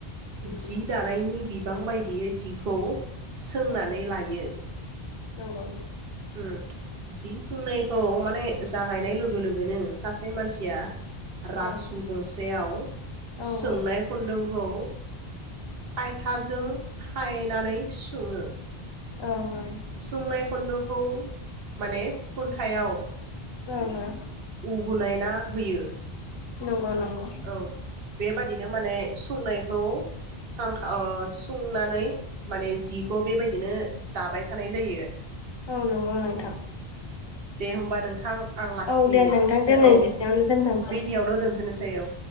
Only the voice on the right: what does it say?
जि
दानायनि बि गोबां बाय बियो जिखौ सोंनानै
लायो
सम जि सोंनायखौ माने जागायनाय लोगो लोगो बोनो सासे मानसिया रासु
गंसेयाव
सोंनाय
खुदोंखौ आ। थाजों खायनानै सङो
सुंनाय <unintelligible> माने खुन्थायाव
गौ बोनायना होयो
औ बेबादिनो माने सुंनायखौ सान खाव ओ संना नै माने जिखौ बिबाय दिनो दाबाय थानाय जायो
औ दे होमबा नोंथां आं लाखि
दो
औ
बिडियावनो दोनथनोसै सै औ